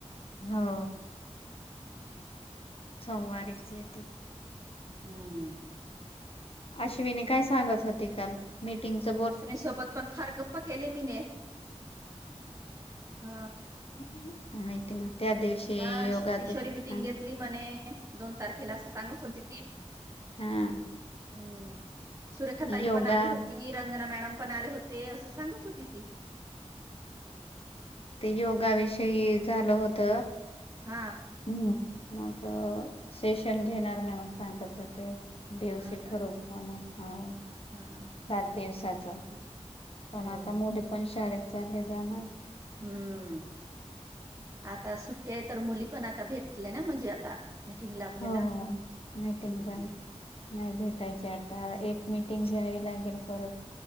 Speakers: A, on the left; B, on the right.
A: हा सोमवारीचे येत.
B: हम्म हम्म
A: अश्विनी काय सांगत होते काल. मीटिंग स
B: अश्विनी सोबत पण फार गप्पा केले मी ने अ
A: <unintelligible> न त्या्या दिवशी
B: हा
A: योगाच
B: किशोरी मिटिंग
A: हा
B: घेतली म्हणे दोन तारखेला अस सांगत होती ती
A: हा,
B: हम्म सुरेखा ताई
A: योगा
B: पण आली होती रंजना मॅडम पण आले होते अस सांगत होती ती.
A: ते योगाविषयी झाल होत.
B: हा
A: हम् मग सेशन घेणार म्हणून सांगत होते. <unintelligible>
B: हा का हा
A: सात दिवसाच पण
B: हो
A: आता मुली पण शाळेत चालली जाणार
B: हम्म आता सुट्टे तर मुली पण आता भेटले ना म्हणजे आता मिटिंगला आपल्याला.
A: हो हो मीटिंग
B: हम्म.
A: रा नाही भेटायची आता एक मिटिंग घ्यावी लागेल परत